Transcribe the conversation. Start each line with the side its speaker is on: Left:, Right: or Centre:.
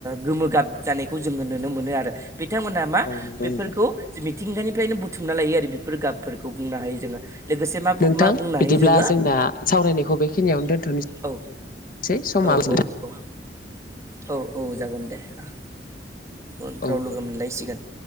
Right: गोमो गाब जानायखौ जोङो नुनो मोनो आरो बिथांमोनहा बेफोरखौ
Left: औ नंगौ नोंथां
Right: मिथिंगानि फ्रायनो बुथुमना लायो आरो बेफोर गाबफोरखौ बुंनो हायो जोङो। लोगोसे मा
Left: नोंथां
Right: मा बुंनो
Left: बिदिब्ला
Right: हायो जोङो
Left: जोंना सावरायनायखौ बेखिनियावनो दोन्थ' नोसै
Right: औ
Left: समा
Right: औ
Left: <unintelligible>
Right: औ औ औ औ जागोन दे आ उनफ्राव
Left: औ
Right: लोगो मोनलायसिगोन।